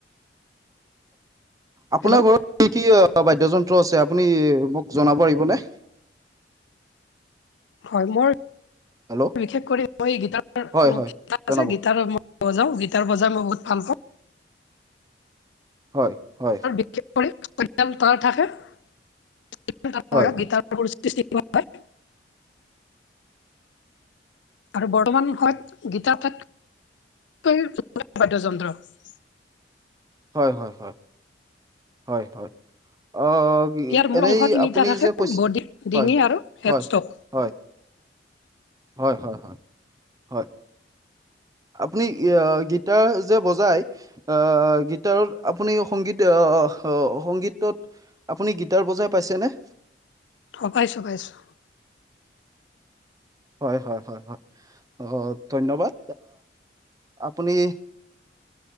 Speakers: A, on the right (about 20°); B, on the left (about 85°).
A: আপোনাৰ
B: হেল্ল'
A: ঘৰত কি কি বাদ্যযন্ত্ৰ আছে আপুনি মোক জনাব পাৰিবনে
B: হয় মোৰ
A: হেল্ল'
B: বিশষ কৰি মই গিটাৰত
A: হয়, হয় জনাব।
B: বজাওঁ গীটাৰ বজাই মই বহুত ভাল পাওঁ
A: হয় হয়
B: <unintelligible>
A: হয়, হয়,
B: সৃষ্টি হয় আৰু বৰ্তমান সময়ত গীতাৰ ঠাইত <unintelligible>
A: হয় হয় হয় হয় হয় অ
B: ইয়াৰ মূল
A: এনেই
B: অংশ তিনিটা
A: আপুনি
B: থাকে
A: যে কৈছে
B: বডি ডিঙি
A: হয়
B: আৰু হেডষ্টক
A: হয় হয় হয় হয় হয় হয় আপুনি গীটাৰ যে বজাই আহ গীটাৰত আপুনি সংগীত আহ সংগীতত আপুনি গীটাৰ বজাই পাইছেনে
B: অঁ পাইছোঁ পাইছোঁ
A: হয় হয় হয় হয় অ ধন্যবাদ আপুনি